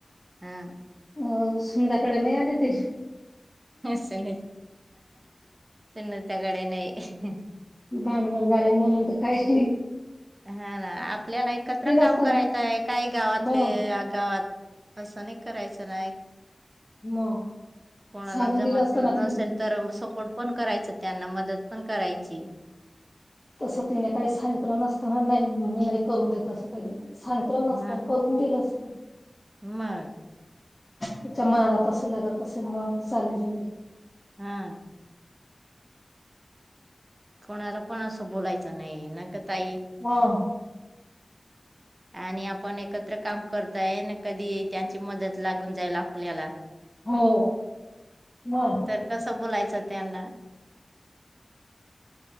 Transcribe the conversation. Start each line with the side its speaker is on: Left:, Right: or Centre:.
Right: हा
Left: समंदाकडे नाही आले ते
Right: असय त्याकडे नाही
Left: भानगड झाले म्हणून काय ती त
Right: हा ना आपल्याला एकत्र काम
Left: असतं
Right: करायचं
Left: ना.
Right: आहे काय गावातले
Left: मग
Right: गावात असं नाही करायचं नाही
Left: मग
Right: कोणाला
Left: सांगून
Right: जमत
Left: दिलं असताना
Right: नसेल
Left: ति
Right: तर सपोर्ट पण करायचं त्यांना मदत पण करायची.
Left: तस तिने काही सांगितलं नसत नाही मी नाही करून देत असं काहि सांगितलं नसत
Right: हा
Left: करून दिलं असत.
Right: मग
Left: तुमच्या मनाला तस लागत असेल म चालेल
Right: हा. कोणाला पण असं बोलायचं नाही का ताई
Left: मग
Right: आणि पण एकत्र काम करताय ना कधी त्यांची मदत लागून जाईल आपल्याला
Left: हो मग
Right: तर कसं बोलायचं त्यांना